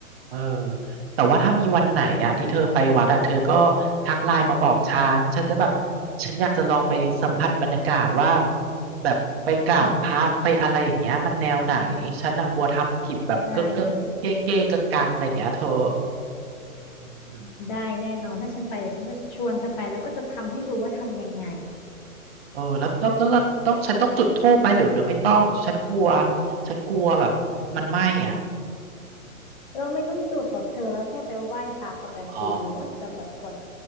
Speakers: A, on the right; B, on the left.
A: เออแต่ว่าถ้ามีวันไหนอ่ะที่เธอไปวัดอ่ะเธอก็ทักไลน์มาบอกฉันฉันจะแบบฉันอยากจะลองไปสัมผัสบรรยากาศว่าแบบไปกราบพระไปอะไรอย่างเงี้ยมันแนวไหนฉันน่ะกลัวทำผิดแบบเก๊ะเก๊ะเก๊ะเก๊ะกังกังๆอะไรอย่างเงี้ยเธอ
B: อืมได้เธอ
A: อืม
B: ได้แน่นอนถ้าฉันไปเดี๋ยวฉันจะชวนเธอไปแล้วก็จะทำให้ดูว่าทำยังไง
A: เออแล้วแล้วแล้วแล้วต้องฉันต้องจุดธูปไหมหรือหรือไม่ต้องฉันกลัวฉันกลัวแบบมันไหม้อ่ะ
B: เราไม่ต้องจุดหรอกเธอเราแค่ไปไหว้พระปกติหรือว่าจะแบบกวด
A: อ๋อ